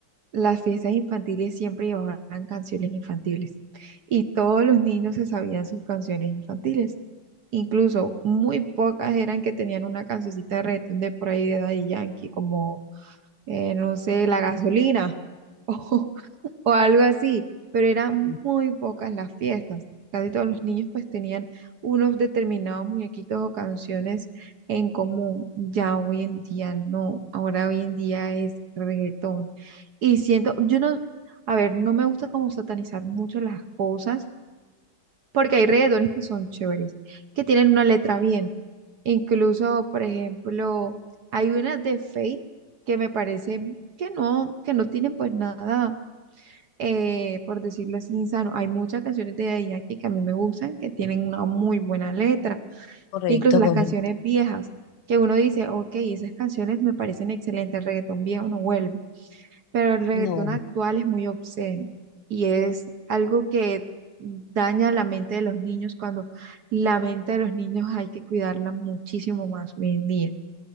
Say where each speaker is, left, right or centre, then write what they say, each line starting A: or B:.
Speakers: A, on the right; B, on the left.
A: Las fiestas infantiles siempre llevaban canciones infantiles y todos los niños se sabían sus canciones infantiles. Incluso muy pocas eran que tenían una cancioncita de reggaetón de por ahí de Daddy Yankee, como, eh, no sé, La Gasolina <laughs> o, o algo así, pero eran
B: Sí,
A: muy pocas las fiestas. Casi todos los niños pues tenían unos determinados muñequitos o canciones en común. Ya hoy en día no, ahora hoy en día es reggaetón. Y siento, yo no, a ver, no me gusta como satanizar mucho las cosas, porque hay reggaetones que son chéveres, que tienen una letra bien. Incluso, por ejemplo, hay una de Fate que me parece que no, que no tienen pues nada eh, por decirlo así, insano. Hay muchas canciones de Daddy Yankee que a mí me gustan, que tienen una muy buena letra.
B: Correcto,
A: Incluso las
B: correcto.
A: canciones viejas, que uno dice, ok, esas canciones me parecen excelentes, el reggaetón viejo no vuelve, pero el reggaetón
B: No.
A: actual es muy obsceno y es algo que daña la mente de los niños cuando la mente de los niños hay que cuidarla muchísimo más hoy en día.